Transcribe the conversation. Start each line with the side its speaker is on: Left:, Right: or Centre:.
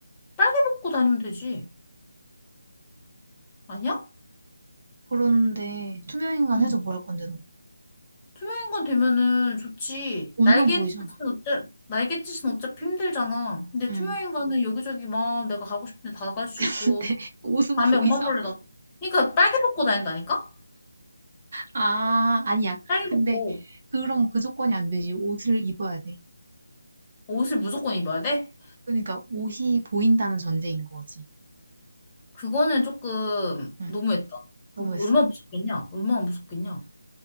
Left: 빨개 벗고 다니면 되지. 아니야?
Right: 그런데 투명인간
Left: 응.
Right: 해서 뭐 할 건데 너?
Left: 투명인간 되면은 좋지.
Right: 옷만
Left: 날갯짓은
Right: 보이잖아.
Left: 어째, 날갯짓은 어차피 힘들잖아. 근데
Right: 응.
Left: 투명인간은 여기저기 막 내가 가고 싶은데 다 갈 수
Right: <laughs> 근데
Left: 있고,
Right: 옷은
Left: 밤에
Right: 보이잖아.
Left: 엄마 몰래 나, 그러니까 빨개 벗고 다닌다니까?
Right: 아, 아니야.
Left: 빨개
Right: 근데
Left: 벗고
Right: 그럼 그 조건이 안 되지. 옷을 입어야 돼.
Left: 옷을 무조건 입어야 돼?
Right: 그러니까 옷이 보인다는 전제인 거지.
Left: 그거는 조금
Right: 응.
Left: 너무했다.
Right: 너무했어?
Left: 그럼 얼마나 무섭겠냐? 얼마나 무섭겠냐?